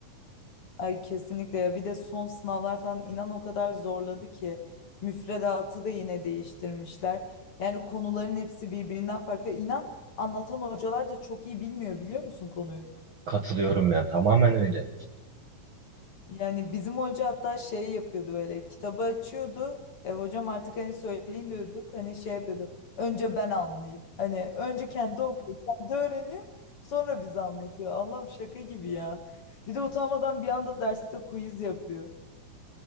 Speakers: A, on the left; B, on the right.
A: Ay kesinlikle ya. Bir de son sınavlar falan inan o kadar zorladı ki. Müfredatı da yine değiştirmişler. Yani konuların hepsi birbirinden farklı. İnan anlatan hocalar da çok iyi bilmiyor biliyor musun konuyu?
B: <laughs> Katılıyorum ya. Tamamen öyle.
A: Yani bizim hoca hatta şey yapıyordu böyle kitabı açıyordu. E, hocam artık hani söyleyin diyorduk. Hani şey yapıyordu. Önce ben anlayayım. Hani önce kendi okuyor, kendi öğreniyor. Sonra bize anlatıyor. Allah'ım şaka gibi ya. Bir de utanmadan bir anda derste quiz yapıyor.